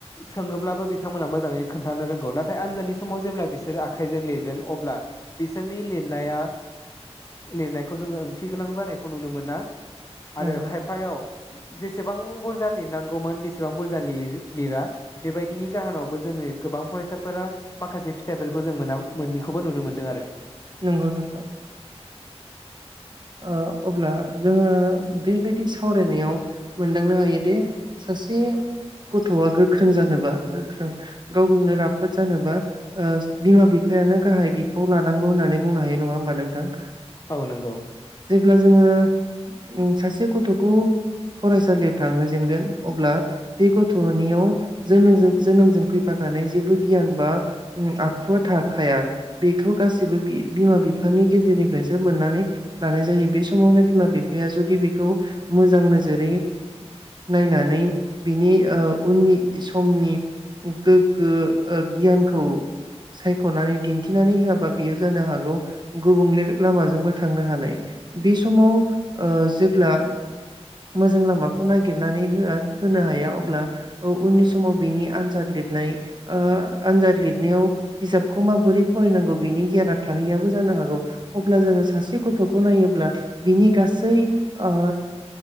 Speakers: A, on the left; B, on the right.
A: सोङोब्लाबो बिथांमोनहा मोजाङै खोन्थानो रोंगौ नाथाय आनजादानि समाव जेब्ला बिसोरो आखाइजों लिरगोन अब्ला बिसोरनि लिरनाया लिरनायखौ जोङो ओंथि गोनां जानायखौ नुनो मोना। आरो
B: नंगौ
A: खायफायाव जेसेबां बुरजा लिरनांगौमोन बेसेबां बुरजा लिर लिरा बेबायदिनि जाहोनावबो जोङो गोबां फरायसाफोरा माखासे फिथाइफोरखौ जों मोना मोननैखौबो नुनो मोनदों आरो
B: नोंगौ नोंथां ओ अब्ला जोङो बेबायदि सावरायनायाव <unintelligible> हायोदि सासे गथ'आ गोख्रों गोख्रों जानोबा गोख्रों गाव गावनो राफोद जानोबा ओ बिमा-बिफायानो गाहाय बिफाव लानांगौ। होननानै बुंनो हायो नङा होमबा नोंथां।
A: औ नोंगौ
B: अब्ला जोङो सासे गथ'खौ फरायसालियाव थांहोजेनगोन अब्ला बे गथ'नियाव जो-जोनोमजों फैफाखानाय जेबो गियान बा आखुवा थाखाया बेखौ बो बिमा बिफानि गेजेरनिफ्रायसो मोननानै लानाय जायो बे समावनो बिमा बिफाया जुदि बेखौ मोजां नोजोरै नायनानै बिनि ओ उननि समनि गोग्गो गियानखौ सायख'नानै दिन्थिनानै होआबा बेयो जानो हागौ गुबुंले लामाजोंबो थांनो हानाय बे समाव ओ जेब्ला मोजां लामाखौ नागिरनानै हो होनो हाया अब्ला उननि समाव बिनि आनजाद लिरनाय आनजाद लिरनायाव बिजाबखौ माबोरै फरायनांगौ बिनि गियाना थाहैयाबो जानो हागौ अब्ला जोङो सासे गथ'खौ नायोब्ला बिनि गासै ओ